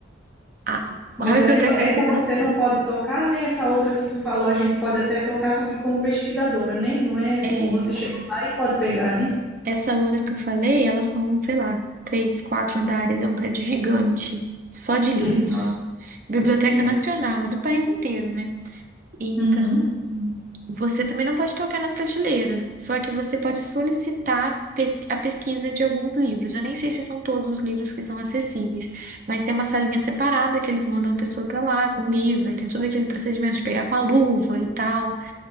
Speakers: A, on the right; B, in the centre.
A: a,
B: Mas
A: a biblioteca
B: aí vo- essa
A: grande.
B: você não pode tocar, né? Essa outra que tu falou, a gente pode até tocar, só que como pesquisadora, né? Não é
A: É.
B: tipo, você chegou lá e pode pegar, né?
A: Essa outra que eu falei, elas são, sei lá, três, quatro andares, é um prédio gigante, só de
B: Que
A: livros.
B: legal,
A: Biblioteca
B: que legal.
A: Nacional, é do país inteiro, né? Então,
B: Uhum.
A: você também não pode tocar nas prateleiras, só que você pode solicitar pes- a pesquisa de alguns livros. Eu nem sei se são todos os livros que são acessíveis, mas tem uma salinha separada que eles mandam a pessoa pra lá com o livro, aí tem todo aquele procedimento de pegar com a luva e tal.